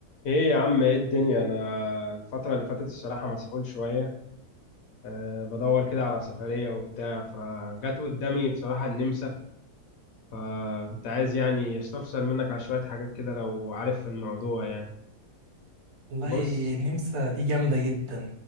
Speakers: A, on the left (about 70°); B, on the right (about 70°).
A: ايه يا عم ايه الدنيا انا الفترة اللي فاتت الصراحة مسحول شوية أه بدور كده على سفرية وبتاع فجت قدامي بصراحة النمسا فكنت عايز يعني استفسر منك على شوية حاجات كده لو عارف في الموضوع يعني
B: والله
A: بص
B: النمسا دي جامدة جدا